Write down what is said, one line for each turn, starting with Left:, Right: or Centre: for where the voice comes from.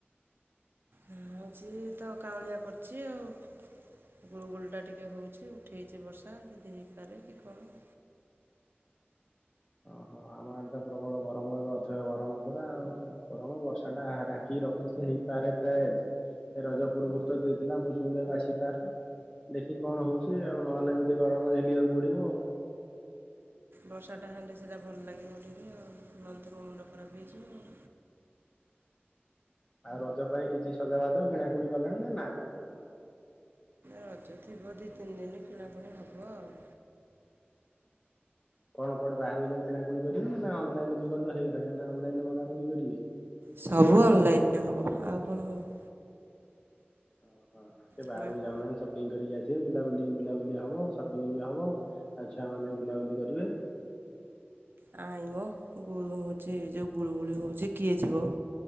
Right: ହଉଚି ତ କାଉଁଳିଆ କରିଚି ଆଉ। ଗୁଳୁ ଗୁଳିଟା ଟିକେ ହଉଚି ଉଠେଇଚି ବର୍ଷା ଯଦି ହେଇପାରେ କି କଣ?
Left: ଅ ହ ଆମ ଆଡେ ତ ପ୍ରବଳ ଗରମ ଏବେ ଅଥୟ ଗରମ ପୁରା ଆଉ। ଗରମ ବର୍ଷାଟା ଆହା ଡାକିକି ରଖିଚି ହେଇପାରେ ପ୍ରାଏ ଆଜି। ରଜ ପୂର୍ବରୁ ତ ଦେଇଥିଲା ମୌସୁମୀ ବାୟୁ ଆସିପାରେ। ଦେଖି କଣ ହଉଚି ଆଉ ନହେଲେ ଏମିତି ଗରମ ଝେଲିବାକୁ ପଡିବ ଆଉ।
Right: ବର୍ଷାଟା ହେଲେ ସେଇଟା ଭଲ ଲାଗିବ ଟିକେ ଆଉ ନହେଲେ ତ ମୋ ମୁଣ୍ଡ ଖରାପ ହେଇଯିବ ଆଉ।
Left: ଆଉ ରଜ ପାଇଁ କିଛି ସଜବାଜ କିଣାକୁଣି କଲେଣି ନା ନା?
Right: ରଜ ଥିବ ଦି ତିନି ଦିନି କିଣାକୁଣି ହବ ଆଉ।
Left: କଣ କୁଆଡେ ବାହାରକୁ ଯାଇ କିଣା କୁଣି କରିବେ ନା ଅନଲାଇନ ଯୁଗ ତ ହେଇଗଲାଣି ନା ଅନଲାଇନ ମଗାମଗି କରିବେ?
Right: ସବୁ ଅନଲାଇନରେ ହବ ଆଉ କଣ ହବ।
Left: ଅ ହୋ ଟିକେ
Right: କୁଆଡ଼େ
Left: ବାହାରକୁ ଯାଉନାହାନ୍ତି ସପ୍ ପିଙ୍ଗ କରିକି ଆସିବେ ବୁଲା ବୁଲିି ବୁଲାବୁଲି ହବ ସପିଙ୍ଗ ବି ହବ ଆଉ ଛୁଆମାନେ ବି ବୁଲାବୁଲି କରିବେ।
Right: ନାଇଁ ମ ଗୁଳୁ ହଉଚି ଯୋଉ ଗୁଳୁଗୁଳି ହଉଚି କିଏ ଯିବ?